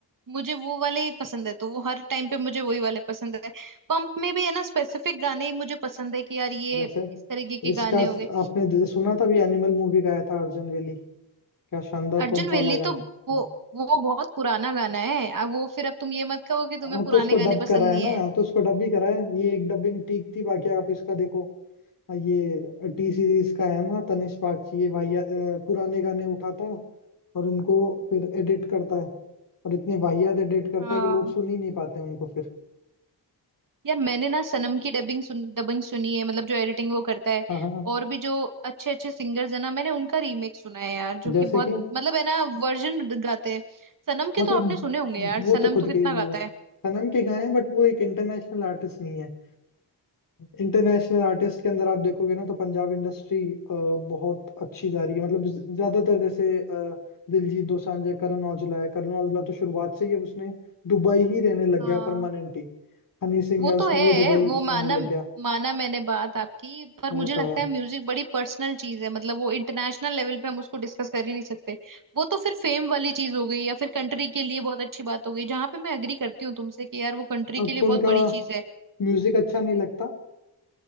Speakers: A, on the right; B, on the left.
A: मुझे वो वाले ही पसंद है तो वो हर टाइम पे मुझे वही वाले पसंद है पंप में भी है ना स्पेसिफिक गाने ही मुझे पसंद है कि यार ये
B: जैसे
A: इस तरीके के
B: इसका
A: गाने
B: स-
A: हो गए
B: आपने ज- सुना था भी एनिमल मूवी का आया था अर्जुन वेली क्या शानदार
A: अर्जुन
B: पंप
A: वेली
B: वाला गाना
A: तो वो
B: हाँ
A: वो बहुत पुराना गाना है अब वो फिर अब तुम ये मत कहो कि तुम्हें
B: हाँ,
A: पुराने
B: तो उसको डब
A: गाने पसंद
B: करा है
A: नहीं
B: ना
A: है
B: हाँ, तो उसको डब भी करा है ये एक डबिंग ठीक थी बाकी आप इसका देखो ये टी सीरीज का है ना तनिष्क बागची ये वाहिया अ, पुराने गाने उठाता है और उनको फिर एडिट करता है और इतने वाहियात एडिट करता
A: हाँ
B: है कि लोग सुन ही नहीं पाते उनको फिर
A: यार मैंने ना सनम की डबिंग सुन डबिंग सुनी है मतलब जो एडिटिंग वो करता है
B: हाँ हाँ हाँ।
A: और भी जो अच्छे अच्छे सिंगर्स है ना मैंने उनका रीमेक सुना है यार जो कि
B: जैसे
A: बहुत
B: कि
A: मतलब है ना वर्जन गाते हैं सनम
B: मतलब
A: के तो आपने सुने होंगे यार
B: वो
A: सनम
B: तो खुद
A: तो कितना
B: के ही वो
A: गाता है
B: सनम के गाए हैं बट वो एक इंटरनेशनल आर्टिस्ट नहीं है इंटरनेशनल आर्टिस्ट के अंदर आप देखोगे ना तो पंजाब इंडस्ट्री बहुत अच्छी जा रही है मतलब ज- ज्यादातर जैसे अ, दिलजीत दोसांझ है करण औजला है करण औजला तो शुरुआत से ही अब उसने दुबई ही रहने लग
A: हाँ
B: गया परमानेंटली हनी सिंह
A: वो
B: है उसने
A: तो है
B: भी दुबई
A: वो माना
B: रहने लग गया
A: माना मैंने बात आपकी पर
B: वो
A: मुझे
B: तो
A: लगता
B: है
A: है म्यूजिक बड़ी पर्सनल चीज है मतलब वो इंटरनेशनल लेवल पे हम उसको डिस्कस कर ही नहीं सकते वो तो फिर फेम वाली चीज हो गई या फिर कंट्री के लिए बहुत अच्छी बात हो गई जहां पे मैं एग्री करती हूँ तुमसे कि यार वो कंट्री
B: आपको
A: के लिए
B: उनका
A: बहुत बड़ी चीज है
B: म्यूजिक अच्छा नहीं लगता